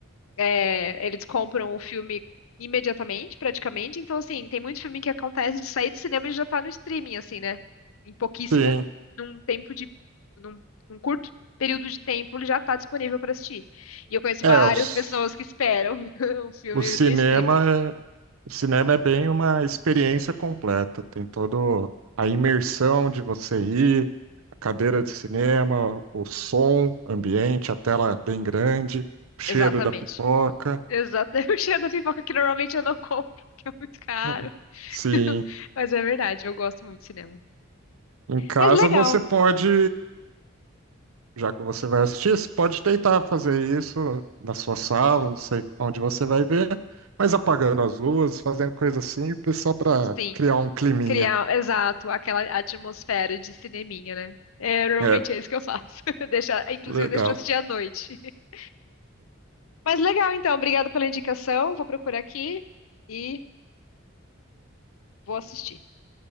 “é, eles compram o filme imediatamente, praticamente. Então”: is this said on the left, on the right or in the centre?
Left